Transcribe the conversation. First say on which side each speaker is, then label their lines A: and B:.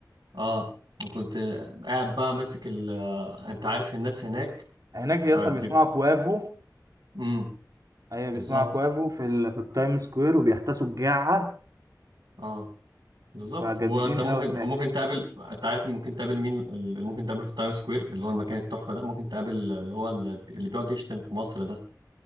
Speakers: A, on the right (about 85°); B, on the right (about 55°).
A: اه وكنت قاعد بقى ماسك ال آه، أنت عارف الناس هناك
B: هناك يا
A: آه
B: اسطى
A: بيبقوا
B: بيسمعوا كوافو
A: امم
B: ايوه
A: بالظبط
B: بيسمعوا كوافو في ال... في التايم سكوير وبيحتسوا الجعه
A: اه بالظبط
B: فجامدين
A: وانت ممكن
B: قوي هناك
A: ممكن تقابل انت عارف ممكن تقابل مين اللي ممكن تقابله في تايم سكوير اللي هو المكان التحفه ده ممكن تقابل اللي هو اللي بيقعد يشتم في مصر ده